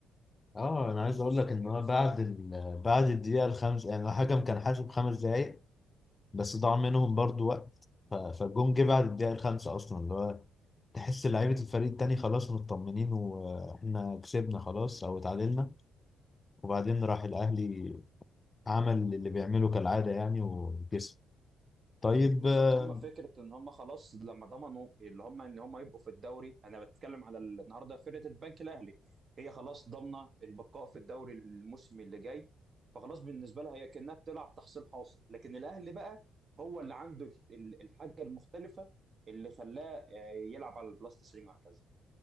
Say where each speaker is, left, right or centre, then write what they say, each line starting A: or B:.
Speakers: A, on the left; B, on the right.
A: اه انا عايز
B: وبص
A: اقول لك ان
B: جاب
A: هو
B: ازاي
A: بعد ال... بعد الدقيقه الخامسه يعني الحكم كان حاسب خمس دقائق بس ضاع منهم برضو وقت ف- فالجون جه بعد الدقيقة الخامسة أصلا اللي هو تحس لعيبة الفريق التاني خلاص مطمنين وإحنا كسبنا خلاص أو اتعادلنا وبعدين راح الأهلي عمل اللي بيعمله كالعادة يعني وكسب طيب
B: بالظبط
A: آه،
B: هم فكره ان هم خلاص لما ضمنوا اللي هم ان هم يبقوا في الدوري انا بتكلم على ال- النهارده فرقه البنك الاهلي هي خلاص ضامنه البقاء في الدوري الموسم اللي جاي فخلاص بالنسبه لها هي كانها بتلعب تحصيل حاصل لكن الاهلي بقى هو اللي عنده ال- الحاجه المختلفه اللي خلاه آه، يلعب على البلاس 90 وهكذا